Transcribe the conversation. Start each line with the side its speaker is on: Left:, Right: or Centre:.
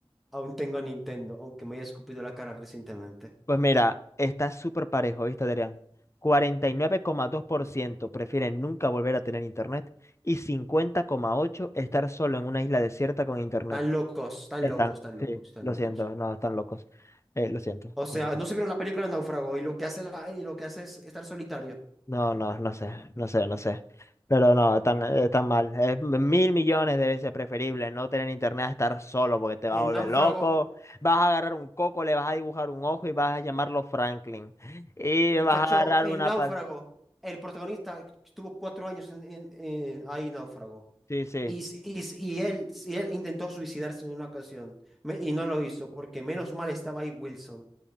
Centre: Aún tengo Nintendo, aunque me haya escupido la cara recientemente.
Left: Pues mira, está súper parejo, ¿viste, Adrián? 49,2% prefieren nunca volver a tener internet y 50,8% estar solo en una isla desierta con internet.
Centre: Tan locos, tan
Left: Están,
Centre: locos, tan locos,
Left: sí,
Centre: tan
Left: lo
Centre: locos.
Left: siento, no, están locos. Eh, lo siento.
Centre: O sea,
Left: No.
Centre: no se vieron la película de Náufrago y lo que hace, la- y lo que hace es estar solitario.
Left: No, no, no sé, no sé, no sé. Pero no, tan, eh, tan mal. Es mil millones de veces preferible no tener internet a estar solo porque te vas
Centre: En
Left: a volver
Centre: Náufrago,
Left: loco. Vas a agarrar un coco, le vas a dibujar un ojo y vas a llamarlo Franklin. Y
Centre: muchacho,
Left: vas a agarrar
Centre: en
Left: una
Centre: Náufrago,
Left: pal...
Centre: el protagonista estuvo cuatro años en, en- en- ahí, en Náufrago.
Left: Sí, sí.
Centre: Y, s- y, s- y él, y él intentó suicidarse en una ocasión me- y no lo hizo porque menos mal estaba ahí Wilson,